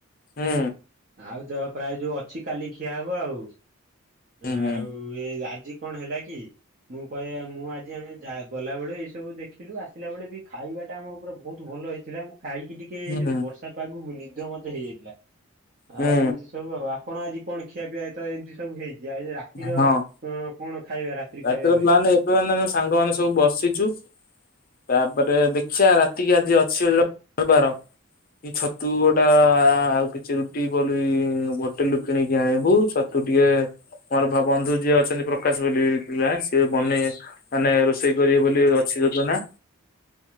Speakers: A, on the left; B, on the right.
A: ହୁଁ
B: ଆଉ ତ ପ୍ରାୟ ଯୋଉ ଅଛି। କାଲି ଖିଆ ହବ ଆଉ
A: ହୁଁ
B: ଆଉ
A: ହୁଁ
B: ଏ ଆଜି କଣ ହେଲା କି ମୁଁ କହିବା ମୁଁ ଆଜି ଆମେ ଯା ଗଲାବେଳେ ଏଇସବୁ ଦେଖିଲୁ ଆସିଲା ବେଳେ ବି ଖାଇବାଟା ଆମର ପୁରା ବହୁତ ଭଲ ହେଇଥିଲା। ଖାଇକି ଟିକେ ଏଇ
A: ହୁଁ
B: ଯୋଉ ବର୍ଷା ପାଗକୁ ନିଦ ମତେ ହେଇଯାଇଥିଲା।
A: ହୁଁ
B: ଆଉ ଏମିତି ସବୁ ଆଉ କଣ ଆଜି କଣ ଖିଆ ପିଆଇ ତ ଏମତି ସବୁ ହେଇଛି। ଯାଇ ରାତିର
A: ହଁ
B: କଣ ଖାଇବା ରାତିି
A: ରାତିର
B: ଖାଇବା ରହିବ?
A: ପ୍ଲାନ
B: ହ
A: ଏବେ ମାନେ ସାଙ୍ଗମାନେ ସବୁ ବସିଛୁ ତାପରେ ଦେଖିବା ରାତିକି ଆଜି ଅଛିବାର। ଏ ଛତୁ ଗୋଟା ଆଉ କିଛି ରୁଟି ବୋଲି ହୋଟେଲୁ କିଣିକି ଆଣିବୁ ଛତୁ। ଟିକେ ମୋର ବନ୍ଧୁ ଯିଏ ଅଛନ୍ତି ପ୍ରକାଶ ବୋଲି ପିଲା ସିଏ ବନେଇ ମାନେ ରୋଷେଇ କରିବେ ବୋଲି ସେ ଯୋଜନା।